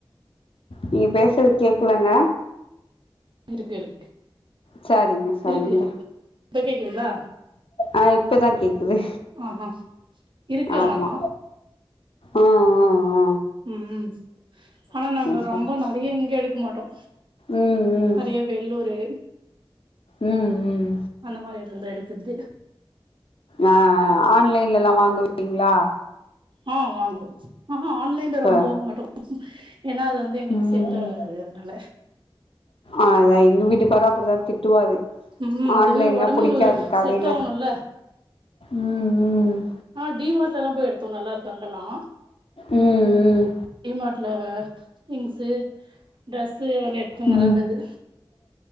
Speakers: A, on the left; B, on the right.
A: நீங்க பேசது கேக்கலங்க
B: இருக்கு இருக்கு
A: சாரிங்க சாரிங்க
B: இருக்கு இரு இப்ப கேக்குதுங்களா
A: ஆ இப்பதா கேக்குது
B: ஆஹா இருக்கு
A: ஆமா
B: ஆனா
A: அ அ அ
B: ம் ம் ஆனா நாங்க
A: சரி
B: ரொம்ப நெறைய இங்க எடுக்க மாட்டோ
A: ம்
B: நெறைய
A: ம்
B: வெள்ளூரு
A: ம் ம்
B: அந்த மாரி எடத்துலதா எடுக்கது
A: ஆ ஆ ஆன்லைன்லலா வாங்குவீங்களா
B: ஆ வாங்குவோ ஆஹ ஆன்லைன்ல
A: ச
B: ரொம்ப வாங்க மாட்டோம் ஏனா அது வந் து எங்களுக்கு
A: ம்
B: செட்
A: ம்
B: ஆகாது அதுனால
A: அதா எங்க வீட்டுக்காரு அப்டிதா திட்டுவாரு
B: ம்
A: ஆன்லைன்லா
B: அது ஒடம்பு
A: புடிக்காது கடைல
B: செட் ஆகணும்ல
A: ம்
B: ஆனா டிமார்ட்ல எல்லா போய் எடுத்தோ நல்லா இருக்கு அங்கல்லா
A: ம் ம் ம்
B: டிமார்ட்லவா திங்ஷ்சு ட்ரஸ் அதெல்லா எடுத்தேன்
A: ஆ
B: நல்லாருந்தது